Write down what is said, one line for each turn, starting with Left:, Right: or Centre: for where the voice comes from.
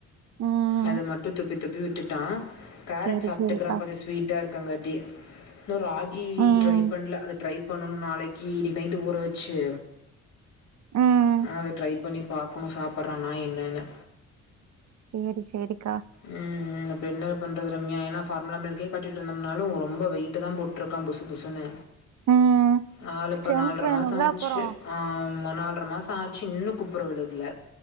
Right: ம்
Left: அது மட் துப்பி துப்பி விட்டுட்டா கேரட்
Right: சேரி
Left: சாப்ட்டுக்றா
Right: சேரிக்கா
Left: கொஞ்ச ஸ்வீட்டா இருக்கங்கா ட்டி இன்னு ரா கி
Right: ம்
Left: ட்ரை பண்ல அத ட்ரை பண்ணணு நாளைக்கு இன்னைக்கு நைட் ஊற வெச்சு
Right: ம்
Left: அது ட்ரை பண்ணி பாக்கணு சாப்பட்றானா என்னன்னு
Right: சேரி சேரிக்கா
Left: ம், இப்போ என்ன பண்றது ரம்யா ஏனா ஃபார்முலா மில்க் கே காட்டிட்ருந்தம்னாலு ரொம்ப வெயிட்டுதா போட்டுட்ருக்கா புசு புசுனு
Right: ம்
Left: நாலு இப்போ
Right: ஸ்ட்ரென்த்
Left: நால்ர
Right: வேணுல்ல
Left: மாச ஆச்சு
Right: அப்பறோ
Left: ஆ நால்ர மாச ஆச்சு இன்னு குப்பற விழுகுல